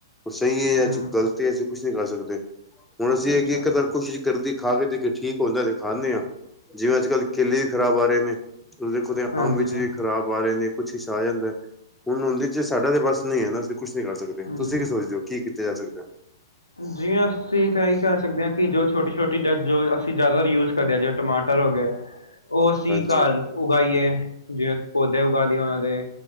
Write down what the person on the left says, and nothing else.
ਹੂੰ,
ਅੱਛਾ,
ਹਾਂਜੀ,
ਜੀ।
ਜੀ ਅਸੀਂ ਤਾਂ ਇਹ ਕਹਿ ਸਕਦੇ ਕਿ ਜੋ ਛੋਟੀ-ਛੋਟੀ ਡੱਗ ਅਸੀਂ ਜ਼ਿਆਦਾ ਯੂਜ ਕਰਦੇ ਹਾਂ, ਜਿਵੇਂ ਟਮਾਟਰ ਹੋ ਗਏ। ਉਹ ਅਸੀਂ
ਘਰ ਉਗਾਈਏ, ਜਿਵੇਂ ਪੌਦੇ ਉਗਾ ਲਏ ਉਹਨਾਂ ਦੇ।